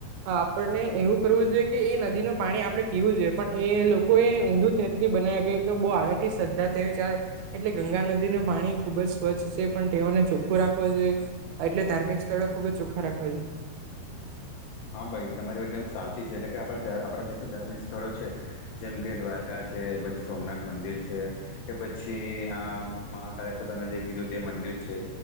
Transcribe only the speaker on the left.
હા, ભાઈ તમારી એકદમ સાચી છે. એટલે કે આપડા આપડા દેશના ધાર્મિક સ્થળો છે જેમ કે દ્વારકા છે પછી સોમનાથ મંદિર છે. કે પછી આ મહાકાલેશ્વર તમે જે કીધું તે મંદિર છે.